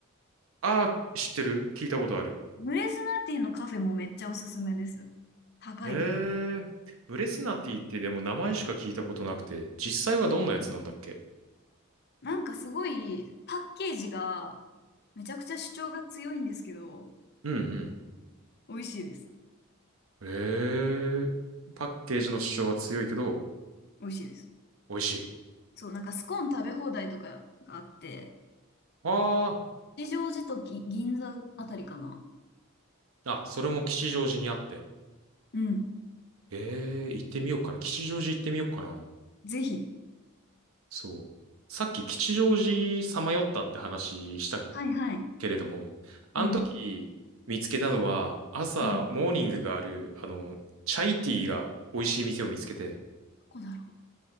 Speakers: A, on the right; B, on the left.
A: ああ、知ってる。聞いたことある。
B: ムレスナティのカフェもめっちゃおすすめです。高いけど。
A: ええ。ブレスナティってでも名前しか聞いたことなくて、実際はどんなやつなんだっけ
B: なんかすごい、パッケージが、めちゃくちゃ主張が強いんですけど、
A: うん
B: 美味しいです。
A: うん。ええ。パッケージの主張は強いけど、
B: 美味しいです。
A: 美味しい。
B: そう、なんかスコーン食べ放題とかがあって、
A: あ
B: 吉祥寺とぎ銀座あたりかな。
A: あ。あ、それも吉祥寺にあって。
B: そう。うん。
A: ええ、行ってみようかな。吉祥寺行ってみようかな。
B: ぜひ。
A: そう。さっき吉祥寺さまよったって話した
B: はいはい。
A: けれども、あの時見つけたのは、
B: うん。
A: 朝モーニングがある、
B: うん。ど
A: あの、チャイティーが美味しい店を見つけて、
B: こだろ